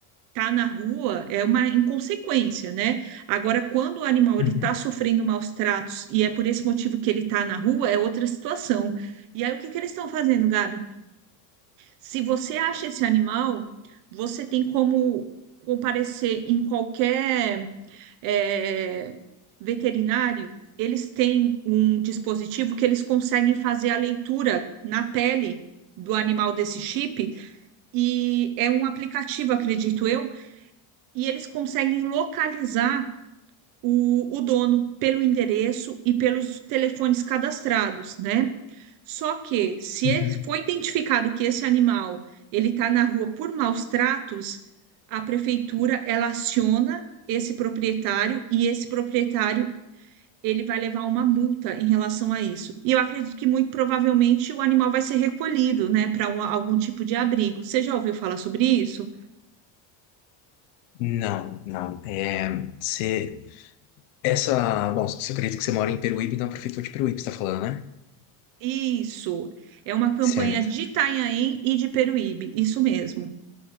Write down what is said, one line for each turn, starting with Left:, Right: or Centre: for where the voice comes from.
Right: tá na rua é uma inconsequência, né? Agora, quando o animal ele
Left: Uhum,
Right: tá sofrendo maus tratos e é por esse motivo que ele tá na rua, é outra situação. E aí, o que que eles estão fazendo, Gabi? Se você acha esse animal, você tem como comparecer em qualquer é, veterinário. Eles têm um dispositivo que eles conseguem fazer a leitura na pele do animal desse chip, e é um aplicativo, acredito eu, e eles conseguem localizar o, o dono pelo endereço e pelos telefones cadastrados, né? Só que se
Left: uhum.
Right: foi identificado que esse animal ele está na rua por maus tratos, a prefeitura ela aciona esse proprietário e esse proprietário ele vai levar uma multa em relação a isso. E eu acredito que muito provavelmente o animal vai ser recolhido, né, para algum tipo de abrigo. Você já ouviu falar sobre isso?
Left: Não, não. É, você, essa, bom, você acredita que você mora em Peruíbe, na prefeitura de Peruíbe, você tá falando, né?
Right: Isso. É uma campanha
Left: Certo,
Right: de Itanhaém e de Peruíbe. Isso mesmo.